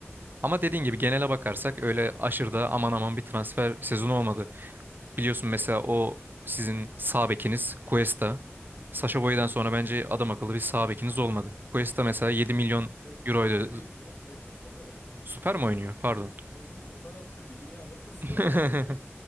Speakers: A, on the right; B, on the left.
A: ama dediğin gibi genele bakarsak öyle aşırıda aman aman bir transfer sezonu olmadı. Biliyorsun mesela o sizin sağ bekiniz Cuesta. Sacha Boey'den sonra bence adam akıllı bir sağ bekiniz olmadı. Cuesta mesela yedi milyon
B: Presa
A: euroydu.
B: sağ bek değildi ya. Presa stoper oynuyor.
A: Süper mi oynuyor? Pardon.
B: Abi canım o kadar kötü ki adamı <laughs> stoper
A: <laughs>
B: olarak